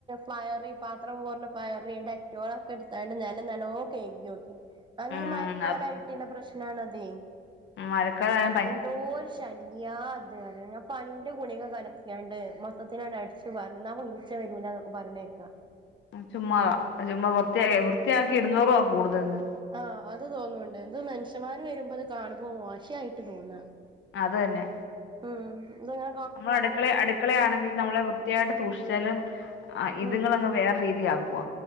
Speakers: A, on the right; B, on the left.
A: പയറി പാത്രം പോർണ പയറി ഡറ്റോളൊക്കെ എട് ഞാനിന്റെ നെലം നല്ലോ കെയിഗി ഓകി
B: ഉം
A: മയക്കളായിട്ട് ഇല്ല പ്രശ്നണത്.
B: മഴക്കാലയാ
A: എന്തോരു ശ യ അത് ഞാൻ പനിന്റെ ഗുണിക കലക്യാണ്ട് മൊത്തത്തിലാണ് അടിച്ചു പാർന്ന്ന്നാ. ച്ച വരൂല്ലനോക്കെ പറി ണേക്ക.
B: ചുമ്മാ ചുമ്മാ വൃത്തിയാ വൃത്തിയാക്കി ഇട് ന്നൂറൂവാ കൂടുതൽന്ന്
A: ആഹ് അത് തോന്നുന്നുണ്ട് എന്ത് മനുഷ്യമാര് വരുമ്പോ അത് കാണുപോ മോശയിട്ട് തോന്നാ.
B: അത് തന്നെ.
A: ഉം ഇത് ഞാ
B: നമ്മൾ അടുക്കളെ അടുക്കളയാണെങ്കിൽ നമ്മളെ വൃത്തിയായിട്ട് സൂക്ഷിച്ചാലും. ആ ഇതുങ്ങങ്
A: ഉം
B: വേറെ രീതി ആക്കുവ